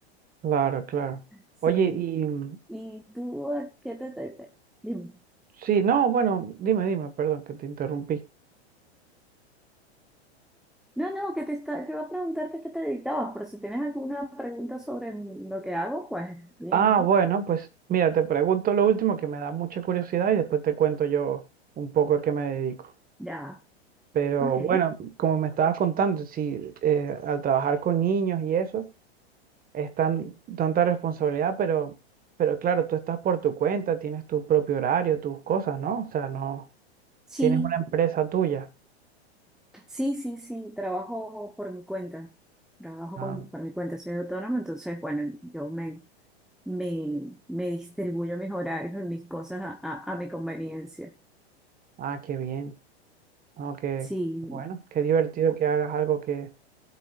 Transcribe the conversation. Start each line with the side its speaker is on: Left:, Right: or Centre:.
Right: Claro, claro.
Centre: Sí.
Right: Oye, y mm,
Centre: ¿Y tú a qué te, te- te- dime.
Right: sí, no, bueno, dime, dime, perdón que te interrumpí.
Centre: No, no, que te, está, te iba a preguntar que a qué te dedicabas, pero si tienes alguna pregunta sobre m- lo que hago, pues bien,
Right: Ah, bueno, pues mira, te pregunto lo último que me da mucha curiosidad y después te cuento yo un poco a qué me dedico.
Centre: ya,
Right: Pero
Centre: ok.
Right: bueno, como me estabas contando, sí, eh, al trabajar con niños y eso, es tan, tanta responsabilidad, pero, pero claro, tú estás por tu cuenta, tienes tu propio horario, tus cosas, ¿no? O sea, no,
Centre: Sí,
Right: tienes una empresa tuya.
Centre: sí, sí, sí, trabajo por mi cuenta, trabajo
Right: Ah,
Centre: con- por mi cuenta, soy autónoma, entonces, bueno, yo me, me, me distribuyo mis horarios y mis cosas a, a a mi conveniencia.
Right: ah, qué bien. No, qué,
Centre: Sí,
Right: bueno, qué divertido que hagas algo que,